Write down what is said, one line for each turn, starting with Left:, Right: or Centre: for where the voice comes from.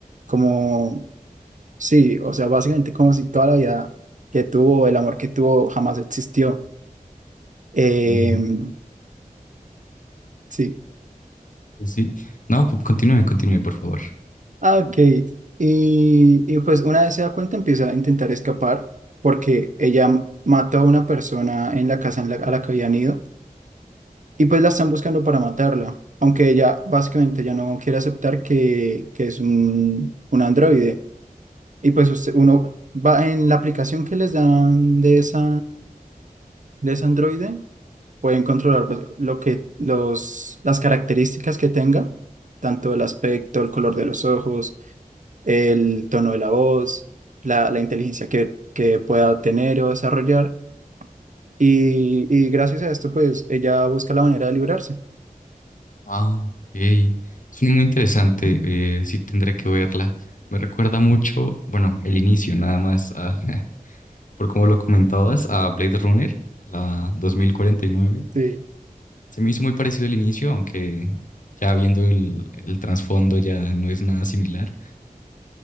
Right: como, sí, o sea, básicamente como si toda la vida que tuvo, el amor que tuvo, jamás existió. Em,
Left: uy,
Right: sí,
Left: pues sí. No, pu- continúe, continúe, por favor.
Right: ah, ok. Y, y pues una vez se da cuenta, empieza a intentar escapar porque ella mató a una persona en la casa en la- a la que habían ido Y pues la están buscando para matarla, aunque ella básicamente ya no quiere aceptar que, que es un, un androide. Y pues usted, uno va en la aplicación que les dan de esa, de ese androide, pueden controlar pues, lo que, los, las características que tenga, tanto el aspecto, el color de los ojos, el tono de la voz, la, la inteligencia que, que pueda tener o desarrollar. Y, y gracias a esto, pues ella busca la manera de librarse.
Left: Ah, hey. Suena muy interesante. eh, sí, tendré que verla. Me recuerda mucho, bueno, el inicio, nada más, a- <laughs> por como lo comentabas, a Blade Runner, la dos mil cuarenta y nueve
Right: Sí.
Left: Se me hizo muy parecido el inicio, aunque ya viendo el, el trasfondo ya no es nada similar.